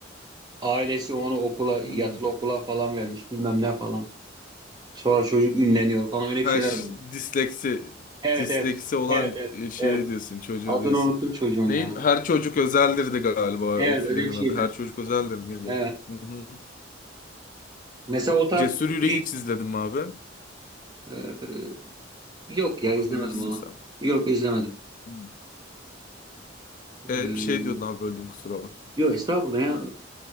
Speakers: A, on the right; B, on the left.
A: Ailesi onu okula
B: Hmm.
A: yatılı okula falan vermiş bilmem ne falan. Sonra çocuk ünleniyor falan öyle bir
B: Ha,
A: şeyler
B: ş-
A: oldu.
B: disleksi
A: Evet
B: disleksi
A: evet
B: olan
A: evet evet
B: e, şeyi
A: evet.
B: diyorsun, çocuğu
A: Adını
B: diyorsun.
A: unuttum çocuğun
B: Neydi?
A: ya.
B: Her çocuk özeldirdi galiba
A: Evet
B: o filmin
A: öyle bir şeydi.
B: adı. Her çocuk özeldir miydi?
A: Evet.
B: Hı hı.
A: Mesela o tarz
B: Cesur Yüreği
A: Hint
B: hiç izledim abi.
A: e, e, yok ya
B: Onu
A: izlemedim
B: bilirsin
A: onu.
B: sen.
A: Yok izlemedim.
B: Hmm.
A: E,
B: E bir şey diyordun abi böldüm kusura bak.
A: yok estağfurullah ya.